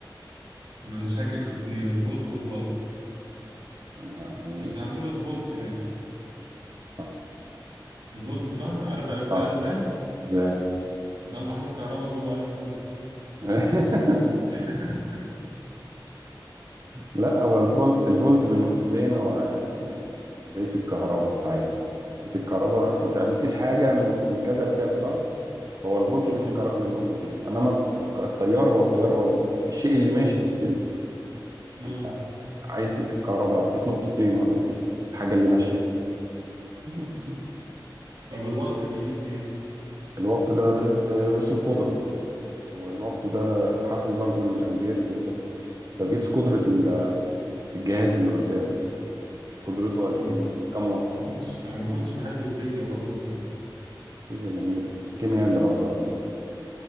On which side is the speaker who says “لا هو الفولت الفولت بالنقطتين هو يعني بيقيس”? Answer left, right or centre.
Right